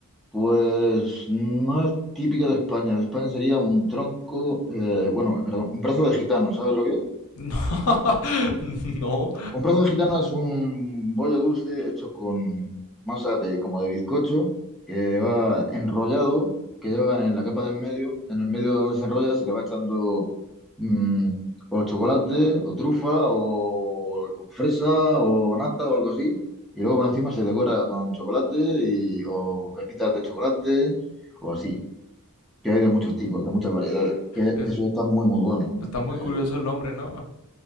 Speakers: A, in the centre; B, on the left (about 70°).
A: pues no es típico de España, de España sería un tronco, eh, bueno, perdón, un brazo de gitano, ¿sabes lo que es?
B: No, <laughs> no.
A: Un brazo de gitano es un bollo dulce hecho con masa de como de bizcocho que va enrollado, que llevan en la capa de en medio, en el medio donde se enrolla se le va echando mm, o chocolate o trufa o, o fresa o nata o algo así y luego por encima se decora con chocolate y, o pepitas de chocolate o así, que hay de muchos tipos, de muchas variedades, que
B: Es-
A: eso está muy muy bueno. ¿no?
B: está muy
A: ¿eh?
B: curioso el nombre, ¿no?